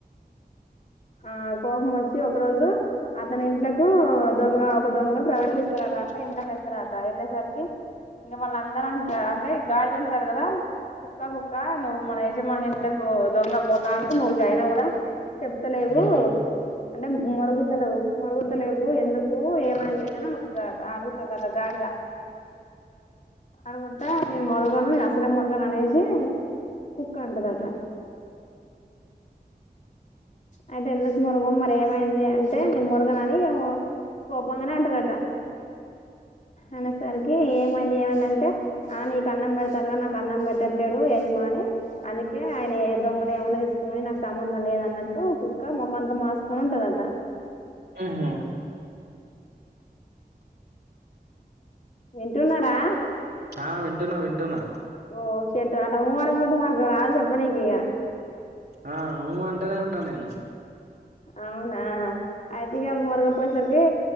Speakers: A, on the left; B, on the right.
A: ఆ కోపం వోచ్చి ఒక రోజు అతని ఇంట్లకు దొంగ ఒక దొంగ ప్రవేశిస్తారట అంటె ఇంట్లకెళ్తారట వెళ్ళేసరికి ఇంకా మళ్ళ అందరూ అంటరట అంటే కుక్క కుక్క నువ్వు మన యజమాని ఇంట్లకు దొంగ పోతండు నువ్యు చాఅయినా గుడా చెప్పు త లేవు
B: ఉహు
A: అంటే మొరుగుతలేవు మొరుగుతలేవు ఎందుకు ఏమైంది అని అడు దాట అడుగుతదట గాడిద అడుగుతే నేను మొరుగను నే అసలే మొరగను అనేసి కుక్క అంటదట అయితే ఎందుకు మొరగవు మరి ఏమైంది. అంటే నేను మొరగనని ఏమే కోపంగానే అంటదట అనేసరికి ఏమైంది ఏమైంది. అని అంటే ఆ నీకు అన్నం పెడతండు. కదా నాకు అన్నం పెట్టట్లేడు యజమాని అందుకే ఆయనయి దొంగలు ఏమన్నా తీసుకోనిపోని నాకు సంబంధం లేదు అన్నట్టు కుక్క మొఖమంత మాడ్స్ ఉంటదట
B: ఉహు
A: వింటున్నరా
B: హా వింటున్నా వింటున్నా
A: ఓ షెట్ అట ఊ అనకపోతే మాకు రాదు చెప్పనికి ఇగ
B: ఆ ఊ అంటేనే ఉన్నా నేను
A: అవునా అయితిగా మోరగక పోయసరికి